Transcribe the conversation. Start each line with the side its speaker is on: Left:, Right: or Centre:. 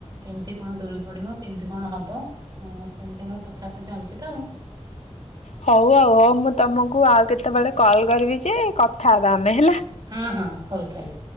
Right: କେମିତି କଣ ଦୋ ପଡ଼ିବ କେମିତି କଣ ହବ ହଁ ସେମିତି ଆମର କଥାବାର୍ତ୍ତା ଚାଲିୁଛି ତ ଆଉ।
Left: ହଉ ଆଉ ହଉ ମୁଁ ତମକୁ ଆଉ କେତେବେଳେ କଲ କରିବି ଯେ କଥା ହବା ଆମେ ହେଲା।
Right: ହଁ ହଁ ହଉ ତା ହେଲେ।